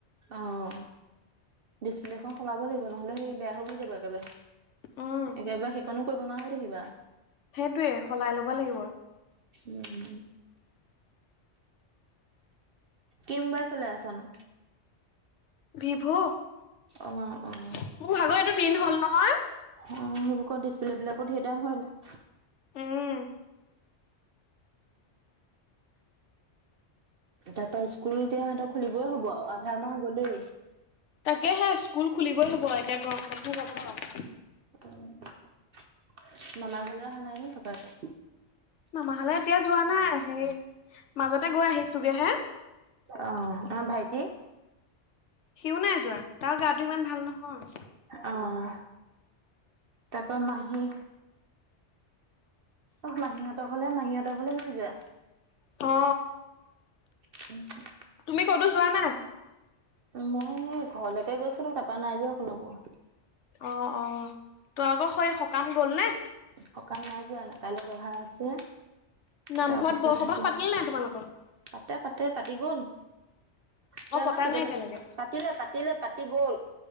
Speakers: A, on the right; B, on the left.
A: অঁ ডিচপ্লেখন সলাব লাগিব নহলে সি বেয়া হ গৈ যাব একেবাৰে।
B: উম
A: একেবাৰে সেইকনো কৰিব নোৱাৰ হৈ থাকিবা।
B: সেইটোৱে সলাই ল'ব লাগিব।
A: উম উম কি মোবাইল চলাই আছানো?
B: ভিভু মোৰ
A: অ', অ',
B: ভাগৰ এইটো দিন হ'ল নহয়।
A: অঁ, সেইবোৰ ক ডিচপ্লে বিলাকো ধেৰ দাম হয় নাই
B: উম
A: তাপা স্কুল এতিয়া সিহঁত খুলিবই হ'ব আও আধা মাহ গলেই।
B: তাকে হে স্কুল খুলিবই হ'ব এতিয়া ঘৰখনহে পাব আও,
A: অ মামা ঘৰলৈ অহা নাই নি থকা কে?
B: মামাঘলে এতিয়া যোৱা নাই সেই মাজতে গৈ আহিছোগে হে।
A: অঁ আমা ভাইটি,
B: সিও নাই যোৱা তাৰ গাটো ইমান ভাল নহয়।
A: অঁ তাপা মাহী অহ মাহীহঁতক ঘলে মাহীহঁত ঘলে নাই যোৱা?
B: অ
A: <unintelligible>
B: তুমি ক'তো যোৱা নাই?
A: মই ঘৰলেকে গৈছিলো তাপা নাই যোৱা কলৈকো।
B: অ অ তোমালোকৰ হৈ সকাম গ'ল নে?
A: সকাম নাই যোৱানো কাইলৈ দহা আছে।
B: নামঘৰত
A: তাৰপিছত
B: বৰসবাহ
A: আকৌ
B: পাতিলে নাই তোমালোকৰ?
A: পাতে পাতে পাতি গ'ল। সেয়া
B: অ'
A: আমাৰ
B: পতা
A: কেতিয়াবা
B: নাই এতিয়ালৈকে
A: পাতিলে, পাতিলে পাতি গ'ল।